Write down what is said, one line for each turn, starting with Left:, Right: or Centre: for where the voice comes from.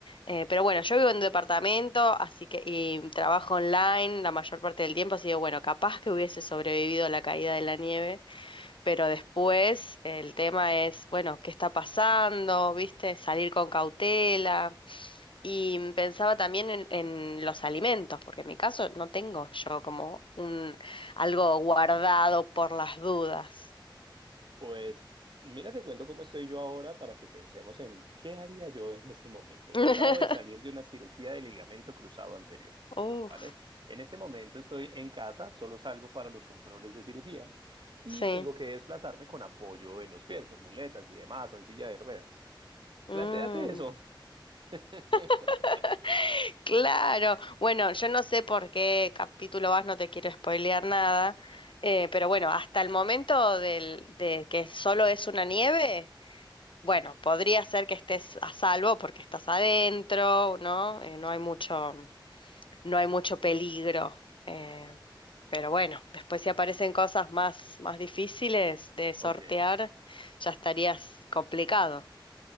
Left: Eh, pero bueno, yo vivo en un departamento, así que, y trabajo online la mayor parte del tiempo, así que, bueno, capaz que hubiese sobrevivido a la caída de la nieve. Pero después el tema es, bueno, ¿qué está pasando? ¿Viste? Salir con cautela. Y pensaba también en, en los alimentos, porque en mi caso no tengo yo como un algo guardado por las dudas.
Right: Pues mira, te cuento cómo estoy yo ahora para que pensemos en qué haría yo en ese momento. Yo
Left: <laughs>
Right: acabo de salir de una cirugía de ligamento cruzado anterior,
Left: Uf,
Right: ¿vale? En este momento estoy en casa, solo salgo para los controles de cirugía y
Left: sí.
Right: tengo que desplazarme con apoyo en los pies, con muletas y demás, o en silla de ruedas.
Left: Mm.
Right: Plantéate eso. <laughs>
Left: <laughs> Claro, bueno, yo no sé por qué capítulo vas, no te quiero spoilear nada, eh, pero bueno, hasta el momento del, de que solo es una nieve, Bueno, podría ser que estés a salvo porque estás adentro, ¿no? Eh, no hay mucho, no hay mucho peligro. eh, pero bueno, después si aparecen cosas más, más difíciles de sortear,
Right: Ok.
Left: ya estarías complicado.